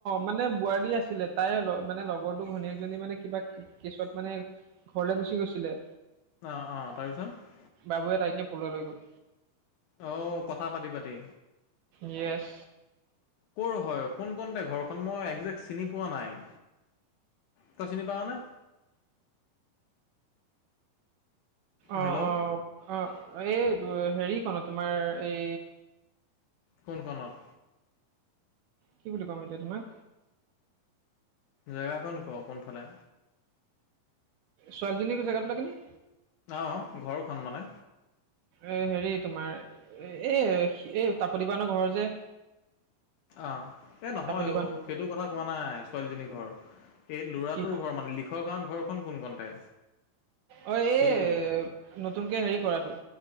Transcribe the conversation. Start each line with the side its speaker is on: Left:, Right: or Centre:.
Right: মানে বোৱাৰী আছিলে তাই মানে লগৰটো ঘনীয়েকজনী মানে কিবা কেছত মানে ঘৰলে গুচি গৈছিলে
Left: অ, অ, তাৰপিছত
Right: বাবুৱে তাইকে পলোৱাই লৈ গ'ল
Left: অহ কথা পাতি পাতি,
Right: য়েছ,
Left: ক'ৰ হয়? কোন কনতে ঘৰখন মই একজেক্ট চিনি পোৱা নাই। তই চিনি পাৱনে?
Right: অ-
Left: হেল্ল'
Right: অ, অ এই হেৰিখন তোমাৰ এই
Left: কোন কনত?
Right: কি বুলি কম এতিয়া তোমাক।
Left: জেগা কন ক কোনফালে।
Right: ছোৱালীজনীৰ জেগাতো লগে নে?
Left: অ, ঘৰখন মানে
Right: এ হেৰি তোমাৰ এই এই তাপতি বায়নৰ ঘৰৰ যে
Left: আহ, এ নহয়
Right: তাপতি বান
Left: অ সেইটো কথা কোৱা নাই ছোৱালীজনীৰ ঘৰ এই ল'ৰাটোৰ
Right: কি
Left: ঘৰ মানে লিখৰ গাঁৱত ঘৰখন কোন কণতে
Right: অ এই
Left: সেইটো।
Right: নতুনকে হেৰি কৰাটো